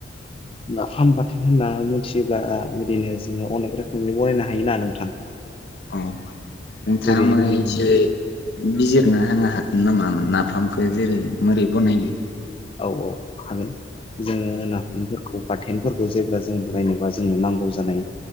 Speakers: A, on the left; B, on the left.
A: नाफाम बाथोन होनना मिथियोब्ला बिदिनो जोङो अनेक रोखोमै बनायना हायोना नोंथां?
B: औ नोंथाङा
A: जेरै
B: माने
A: बिदिनो
B: एसे बिजिरना होनो हागोन नामा? मोन नाफामखौ जेरै मोरै बनायो?
A: औ -औ हागोन। जोंङो नाफामखो बाथेनफोरखौ जेब्ला जों बनायनोबा जोंनो नांगौ जानाय